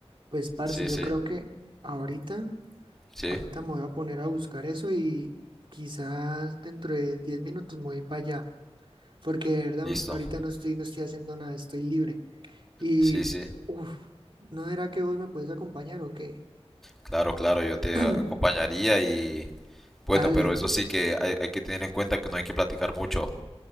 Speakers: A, on the right (about 50°); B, in the centre.
A: Pues, parce,
B: Sí,
A: yo
B: sí,
A: creo que ahorita,
B: sí,
A: ahorita me voy a poner a buscar eso y quizás dentro de 10 minutos me voy para allá, porque de verdad
B: listo.
A: ahorita no estoy, no estoy haciendo nada, estoy libre. Y,
B: Sí, sí,
A: uff, ¿no era que vos me podés acompañar o qué?
B: claro, claro, yo te
A: <clears throat>
B: acompañaría y Bueno,
A: Dale,
B: pero eso sí que hay, hay que tener en cuenta que no hay que platicar mucho.